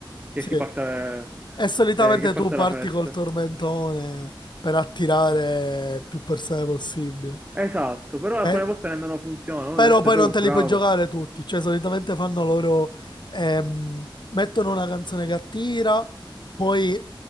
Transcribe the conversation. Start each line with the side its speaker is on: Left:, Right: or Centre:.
Right: che
Left: Sì.
Right: si parta,
Left: E solitamente
Right: eh, che parte
Left: tu parti
Right: la festa.
Left: col tormentone per attirare più persone possibile.
Right: Esatto, però alcune
Left: Eh,
Right: volte nemmeno funziona, uno
Left: Però
Right: deve essere
Left: poi
Right: proprio
Left: non te
Right: bravo.
Left: li puoi giocare tutti, cioè solitamente fanno loro, ehm, mettono una canzone che attira, poi